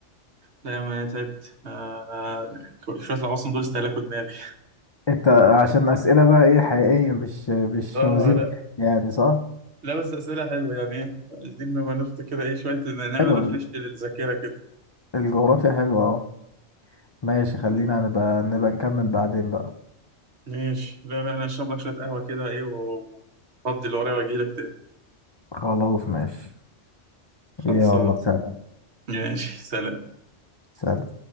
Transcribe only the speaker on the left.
انت عشان أسئلة بقى ايه حقيقية مش مش
فوازير
ضحك يعني صح
حلو
الجغرافيا حلوة اه ماشي خلينا
نبقى نبقى نكمل بعدين بقى
خلاص ماشي
يلا سلام
سلام